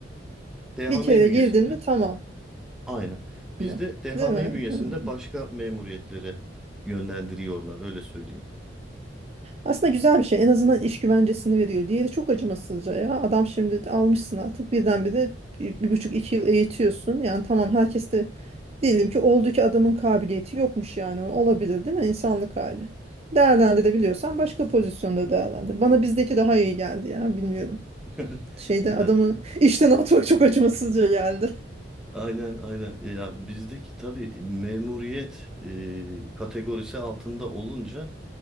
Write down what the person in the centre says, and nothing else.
DHM
bünyesinde
Aynen. Bizde
DHMİ
bünyesinde
başka memuriyetlere yönlendiriyorlar, öyle söyleyeyim.
<laughs>
Ya
aynen aynen. Ya bizdeki tabii memuriyet e, kategorisi altında olunca